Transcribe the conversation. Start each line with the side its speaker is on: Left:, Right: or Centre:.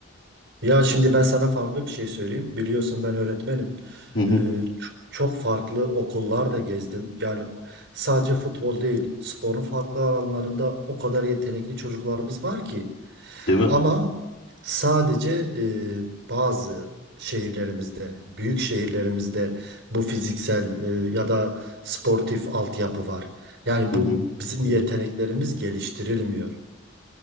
Right: Ya şimdi ben sana farklı bir şey söyleyeyim. Biliyorsun ben öğretmenim.
Left: Hı hı.
Right: Ee, ç- çok farklı okullar da gezdim. Yani sadece futbol değil, sporun farklı alanlarında o kadar yetenekli çocuklarımız var ki.
Left: Değil mi?
Right: Ama sadece e, bazı şehirlerimizde, büyük şehirlerimizde bu fiziksel e, ya da sportif altyapı var. Yani
Left: Hı
Right: bu
Left: hı.
Right: bizim yeteneklerimiz geliştirilmiyor.